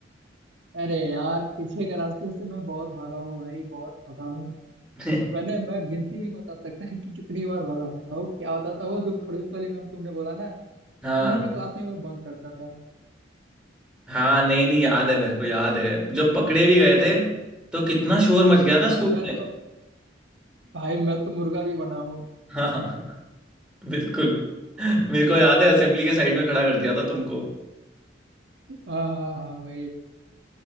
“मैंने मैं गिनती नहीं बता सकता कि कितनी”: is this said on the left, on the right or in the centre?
Right